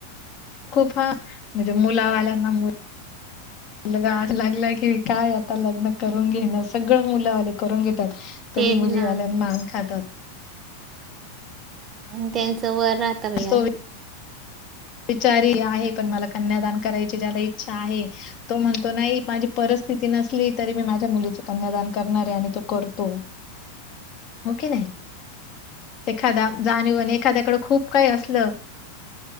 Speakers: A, on the left (about 40°); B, on the right (about 30°).
A: खूप ह म्हणजे मुलावाल्यांना मु
B: <inaudible>
A: ला लागला की काय आता लग्न करून घेण सगळ मुलावाले करून घेतात.
B: त्यांना
A: तरी मुलीवाल्यां मान खात
B: आणि त्यांच वर राहत बयी अजुन.
A: तो विचारी आहे पण मला कन्यादान करायची ज्याला इच्छा आहे तो म्हणतो नाही माझी परिस्थिती नसली तरी मी माझ्या मुलीच कन्यादान करणार आहे. आणि तो करतो.
B: <inaudible>
A: हो कि नाही, एखाद्या जाणीव आणि एखाद्याकडे खूप काही असल